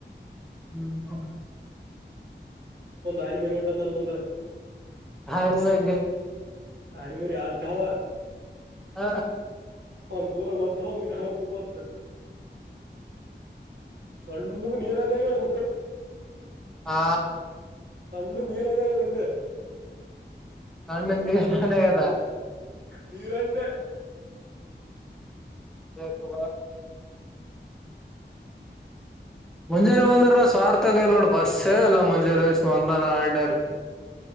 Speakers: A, in the centre; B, on the right.
A: ಹ್ಮ್ ಹ್ಮ್
B: ಆನೆ ಮರಿಹೊಂಟಾದ್ದ ನನ್ನ ಮುಂದೆ
A: ಆನೆ ಮರೀನೇ
B: ಆನೆ ಮರಿ <unintelligible>
A: ಹ
B: ಒಂದು ಊರ ಹೊಂಟವ ಒಂದು ಕಾಣಪುರಕೆ ಒತದ ಸಣ್ಣದು <unintelligible>
A: ಹಾ
B: ಸಣ್ಣು ನೀರ್ ಆಗದ ಅಂದೇ
A: ಸಣ್ಣ ನೀರ್ ಆಗದ
B: ನೀರನ್ನೆ
A: <unintelligible> ಮುಂಜಾಲೆ ಒಂದರ ಸ್ವಾರ್ಥ ಕೈಲೋಡ ಬಸ್ಸು ಎಲ್ಲಾ ಮುಂಜೆ ಲ ಒಂದ ಆಯಡಾರೆ